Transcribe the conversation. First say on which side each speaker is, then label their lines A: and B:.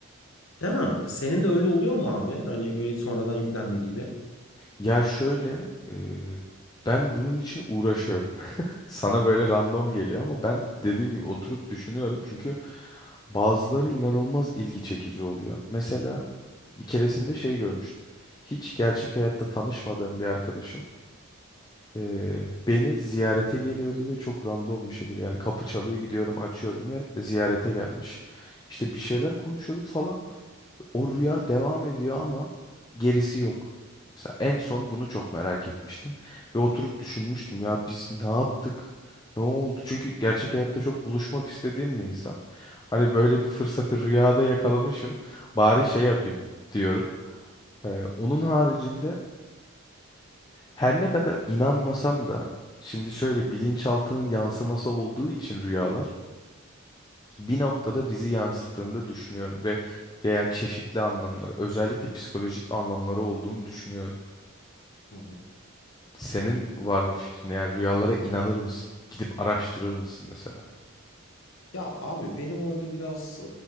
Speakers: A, on the left (about 70°); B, on the left (about 20°).
A: Değil mi? Senin de öyle oluyor mu abi? Hani böyle sonradan yüklenme gibi.
B: Ya şöyle, e, ben bunun için uğraşıyorum. <laughs> Sana böyle random geliyor ama ben dediğim gibi oturup düşünüyorum. Çünkü bazıları inanılmaz ilgi çekici oluyor. Mesela bir keresinde şey görmüştüm. Hiç gerçek hayatta tanışmadığım bir arkadaşım e, beni ziyarete geliyordu ve çok random bir şekilde yani kapı çalıyor gidiyorum açıyorum ve ziyarete gelmiş. İşte bir şeyler konuşuyorduk falan. O rüya devam ediyor ama gerisi yok. Mesela en son bunu çok merak etmiştim ve oturup düşünmüştüm ya biz ne yaptık? Ne oldu? Çünkü gerçek hayatta çok buluşmak istediğim bir insan. Hani böyle bir fırsatı rüyada yakalamışım. Bari şey yapayım diyorum. Ee, onun haricinde her ne kadar inanmasam da şimdi şöyle bilinçaltının yansıması olduğu için rüyalar bir noktada bizi yansıttığını da düşünüyorum ve veya çeşitli anlamları, özellikle psikolojik anlamları olduğunu düşünüyorum.
A: Hı hı.
B: Senin var mı fikrin? Yani rüyalara inanır mısın? Gidip araştırır mısın mesela?
A: Ya abi benim orada biraz e,